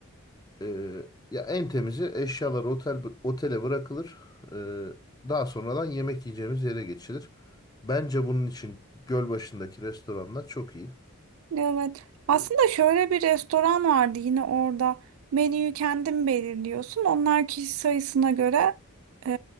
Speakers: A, on the left; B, on the right.
A: Ee, ya en temizi eşyalar otel otele bırakılır. Ee, daha sonradan yemek yiyeceğimiz yere geçilir. Bence bunun için göl başındaki restoranlar çok iyi.
B: Evet. Aslında
A: Ee,
B: şöyle bir restoran vardı yine orada. Menüyü kendin belirliyorsun. Onlar kişi sayısına göre e,